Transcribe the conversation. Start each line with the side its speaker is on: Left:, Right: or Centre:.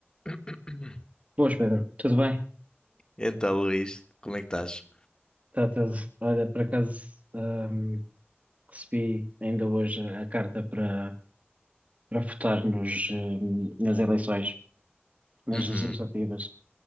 Left: <coughs>
Right: Boas, Pedro. Tudo bem?
Left: Então, Luís, como é que estás?
Right: Tá tudo. Olha, por acaso, ahm, recebi ainda hoje a carta para, para votar nos, ahm, nas eleições, nas
Left: Uhum,
Right: legislativas.